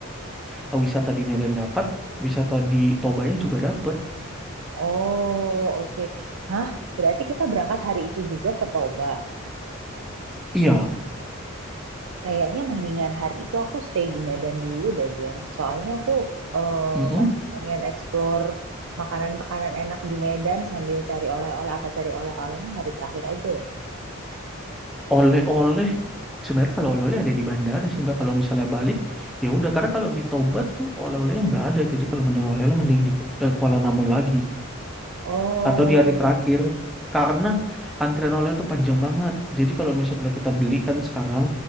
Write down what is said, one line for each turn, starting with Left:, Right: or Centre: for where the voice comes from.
Centre: Ah, wisata di Medan dapat wisata di Tobanya juga dapat
Right: Oh, oke. Hah, berarti kita berangkat hari itu juga ke Toba.
Centre: iya
Right: Kayaknya mendingan hari itu aku stay di Medan dulu deh, Gen. Soalnya aku eh,
Centre: mm-mm.
Right: masih pengen explore makanan-makanan enak di Medan sambil cari oleh-oleh. Apa cari oleh-olehnya hari terakhir aja ya?
Centre: oleh-oleh sebenarnya kalau oleh-oleh ada di bandara sih mbak kalau misalnya balik ya udah karena kalau di Toba tuh oleh-olehnya nggak ada jadi kalau mending oleh-oleh mending di eh, Kuala Namu lagi
Right: Oh,
Centre: atau di hari terakhir karena antrian oleh tuh panjang banget jadi kalau misalnya kita beli kan sekarang